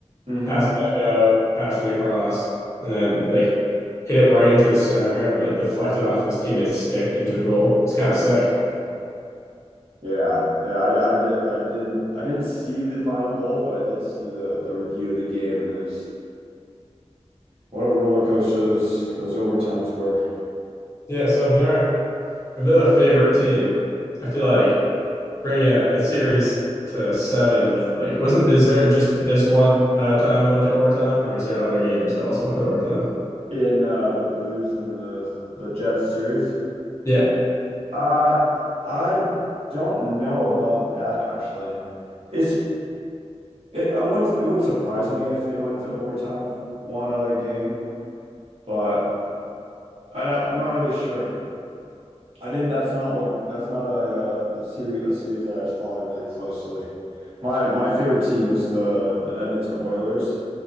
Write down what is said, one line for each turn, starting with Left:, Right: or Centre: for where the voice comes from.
Right: hmm
Left: pass it back out, pass it across, and then like hit it right into the center and it like deflected off his teammate's stick into the goal. It's kind of sick.
Right: Yeah, yeah, I, I did, I didn't, I didn't see the final goal, but I did see the the review of the game, and it was What a roller coaster those those overtimes were
Left: Yeah, so if there are if they're the favorite team, I feel like bringing a, a series to seven with like it wasn't. Is there just this one uh, time went to overtime, or is there other games that also went to overtime?
Right: in uh, the Blues and the the Jets series.
Left: Yeah,
Right: Uh, I don't know about that actually. It's it, I wouldn't it wouldn't surprise me if they went into overtime one other game, but I don't- I'm not really sure. I didn't. That's not what. That's not a uh, the series a series that I was following really closely. My my favorite team is the the Edmonton Oilers.